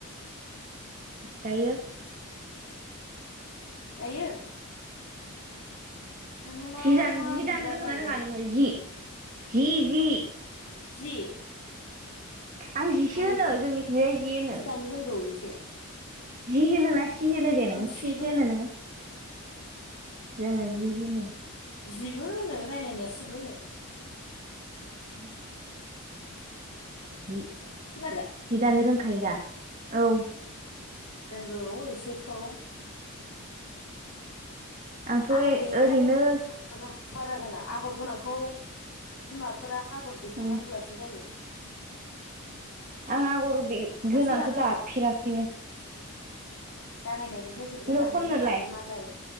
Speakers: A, on the right (about 35°); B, on the left (about 75°).
A: दायो‌।
B: <inaudible> दायो। नोङो मा
A: जि दानो
B: मा
A: जि
B: बिबार
A: दानो रोंगोन
B: गायदों
A: ना रोङा नोङो जि जि जि।
B: जि।
A: आं जिसो
B: आङो
A: होनो जोंनिथिंजाय जि होनो
B: दानो रोंगौ एसे
A: जि होनोना। सि होनो
B: जोंनिथिं
A: दे नोङो
B: सिबो
A: सि सिसो होनो नोङो। जोङो जि होनो।
B: जिबो होनो रायज्लायनायाव सिबो होनो।
A: उम जि
B: खोनादों।
A: जि दानो रोंखायो दा औ।
B: रोंगौ एसेखौ।
A: आंथ' ओरैनो
B: आगर गैयिखौ थाब रोंगौ। आगर गोनां बारा रोङा आगर गोनांखौ बिमाफोरा आगर दैखांना
A: उम
B: होब्लासो जायो।
A: आं आगर
B: हारसिं
A: गोनांखौ
B: दानो रोङा
A: दाफेराखैनो।
B: जागायनायनिफ्राय जोबजा
A: नो
B: दानो
A: खननोलाय
B: रोङा बे मालाय